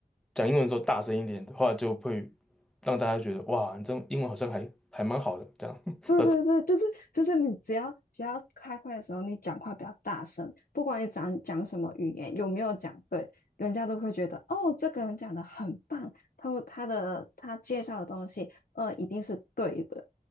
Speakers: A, in the centre; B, on the left.
A: 讲英文的时候大声一点的话，就会让大家觉得哇，你这英文好像还还蛮好的这样。<laughs>
B: 对对对，就是就是你只要只要开会的时候，你讲话比较大声，不管你讲讲什么语言，有没有讲对，人家都会觉得哦，这个人讲的很棒，他会他的他介绍的东西，呃，一定是对的。